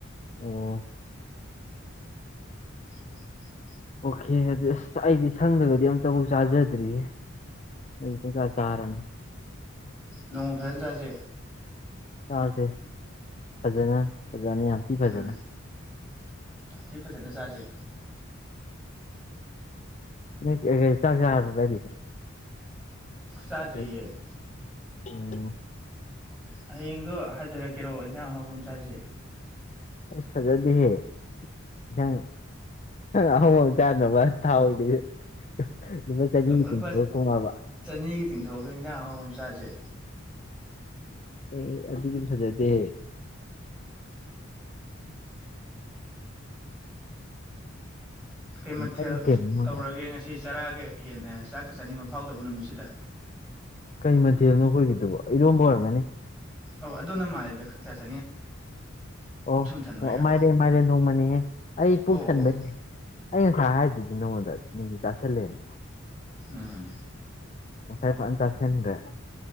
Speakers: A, on the left; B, in the centre.
A: ꯑꯣ
B: ꯎꯝ
A: ꯑꯣꯀꯦ ꯑꯗꯨ ꯑꯁ ꯑꯩꯗꯤ ꯁꯪꯗꯒꯗꯤ ꯑꯝꯇ ꯆꯥꯖꯗ꯭ꯔꯤꯌꯦ ꯑꯩ ꯄꯨꯡꯆꯥ ꯆꯥꯔꯕꯅꯤ
B: ꯅꯣꯡ ꯐꯅ ꯆꯥꯁꯦ
A: ꯆꯥꯁꯦ ꯐꯖꯅ ꯐꯖꯅ ꯌꯥꯝ ꯄꯤ ꯐꯖꯅ
B: ꯎꯝ ꯌꯥꯝ ꯊꯤ ꯐꯖꯅ ꯆꯥꯁꯦ
A: ꯀ ꯆꯥꯛ ꯆꯔꯗꯁ
B: ꯆꯥꯗ꯭ꯔꯤꯌꯦ
A: ꯑ ꯎꯝ
B: ꯍꯌꯦꯡꯗꯣ ꯍꯥꯏꯊꯔꯛꯀꯦꯔꯣꯑꯣ ꯑꯩꯅ ꯑꯍꯕꯝꯆꯥꯥꯁꯦ
A: ꯑꯩꯁ ꯐꯖꯗꯦꯍꯦ ꯅꯪ ꯑꯍ ꯀꯅꯃ ꯊꯥꯎꯅꯤꯦ ꯑꯗꯨꯃ ꯆꯖꯤꯇ
B: ꯂꯨꯄꯥ
A: ꯊ ꯀꯣꯃꯕ
B: ꯆꯅꯤꯒꯤ ꯇꯤꯡꯊꯣꯛꯑꯒ ꯏꯟꯖꯥꯡ ꯑꯍꯥꯎꯕ ꯑꯃ ꯆꯥꯁꯦ
A: ꯑꯦ ꯑꯗꯨ ꯐꯖꯩꯗꯦ
B: ꯀꯩ ꯃꯊꯦꯜ
A: ꯑꯩ ꯀꯩꯅꯣ
B: ꯇꯧꯔꯒꯦ ꯉꯁꯤ ꯆꯔꯥꯑꯒꯦ ꯍꯦꯟꯅ ꯆꯥꯛꯀ ꯆꯥꯅꯤꯡꯕ ꯐꯥꯎꯗꯕ ꯅꯨꯃꯤꯠꯁꯤꯗ
A: ꯀꯩ ꯃꯊꯦꯜꯅꯣ ꯑꯩꯈꯣꯏꯒꯤꯗꯨꯕꯣ ꯏꯔꯣꯝꯕ ꯑꯣꯏꯔꯝꯒꯅꯤ
B: ꯑꯣ ꯑꯗꯨꯅ ꯃꯥꯥꯏꯗ ꯈꯪꯆꯠꯦ
A: ꯑꯣ
B: ꯊꯟꯕꯩꯔꯥ
A: ꯑꯣ ꯃꯥꯏꯔꯦꯟ ꯃꯥꯏꯔꯦꯟ ꯊꯣꯡꯕꯅꯤꯍꯦ ꯑꯩ ꯄꯨꯛ
B: ꯑꯣ ꯑꯣ
A: ꯊꯟꯕꯩꯅꯦ
B: ꯑꯣ
A: ꯑꯩ ꯉꯁꯥꯏ ꯍꯥꯏꯗꯗꯤ ꯅꯉꯣꯟꯗ ꯅꯅꯨꯡꯗꯤ ꯇꯥꯁꯜꯂꯦꯅ
B: ꯎꯝ
A: ꯉꯁꯥꯏ ꯄ ꯆꯥꯁꯦꯒ